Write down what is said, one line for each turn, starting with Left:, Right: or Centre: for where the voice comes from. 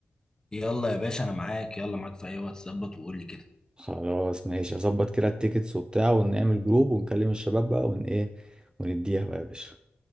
Left: يلا يا باشا أنا معاك يلا معاك في أي وقت ظبط وقول لي كده
Right: خلاص ماشي هظبط كده التيكتس وبتاع ونعمل جروب ونكلم الشباب بقى ون ايه ونديها بقى يا باشا